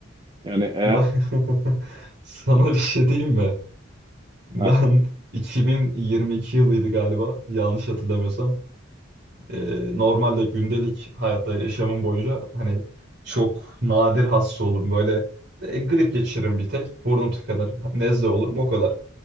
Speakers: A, on the right; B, on the right.
A: Yani eğer...
B: Ben <laughs> sana bir şey diyeyim mi? Ben
A: Ha,
B: 2022 yılıydı galiba yanlış hatırlamıyorsam. Ee, normalde gündelik hayatta yaşamım boyunca hani çok nadir hasta olurum. Böyle e, grip geçiririm bir tek. Burnum tıkanır. Nezle olurum o kadar.